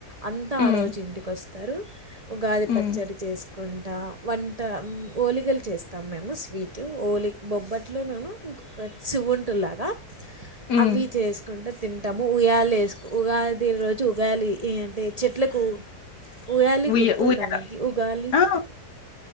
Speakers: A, on the right; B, on the left.
A: అంతా ఆ
B: ఉమ్
A: రోజు ఇంటికి వస్తారు ఉగాది
B: ఉమ్
A: పచ్చడి చేసుకుంట వంట వంట ఓలిగలు చేస్తాం మేము స్వీట్ ఓలి బొబ్బట్లును సువుంటులాగా
B: ఉమ్.
A: అవి చేసుకుంట తింటాము ఉయ్యాలు వేసు ఉగాది రోజు చూగాలి ఏ అంటే చెట్లకు ఉగాలి
B: ఉయ్య
A: గుర్తుంద
B: ఊయల
A: మీకు ఉగాలి
B: ఆ